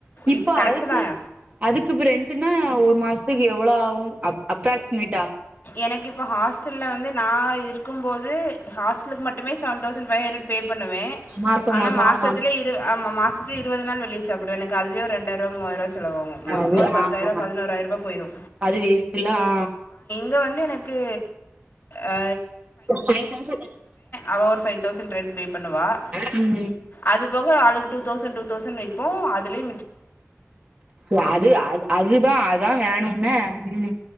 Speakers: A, on the left; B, on the right.
A: இப்
B: அப்போ
A: கரெக்டு
B: அதுக்கு
A: தான்
B: அதுக்கு இப்ப ரெண்ட்டுனா ஒரு மாசத்துக்கு எவ்ளோ ஆவு அப்ராக்சிமேட்டா
A: எனக்கு இப்ப ஹாஸ்டல்ல வந்து நா இரு க்கும் போது ஹாஸ்டலுக்கு மட்டுமே seven thousand five hundred pay பண்ணுவே
B: மாசோ
A: ஆனா
B: மாசோ
A: மாசத்துல
B: ஆ
A: இருவ ஆமா மாசத்துல இருவது நாள் வெளிய சாப்டுவ எனக்கு அதுவே ஒரு ரெண்டாயிரூவா மூவாயிரூவா செலவாகு மொத்தமா
B: அது
A: ஒரு பத்தாயிரூவா
B: ஆமா
A: பதினோறா ரூபா போயிரு
B: அது வேஸ்ட்டுல்ல ஆ
A: அது வந்து எனக்கு ஆ
B: <inaudible>
A: அவள் ஒரு ஃபைவ் தௌசண்ட் ரெண்ட் பே பண்ணுவாள்
B: ம்
A: அது போக ஆளுக்கு டூ தௌசண்ட் டூ தௌசண்ட் வெப்போ அதுலயு
B: சேர் அது அ அதுதா அதா வேணுமே ம்